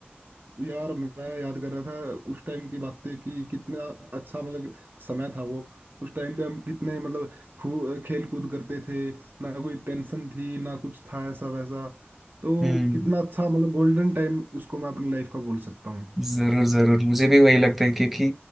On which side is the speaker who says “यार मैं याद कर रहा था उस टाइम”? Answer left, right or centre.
Right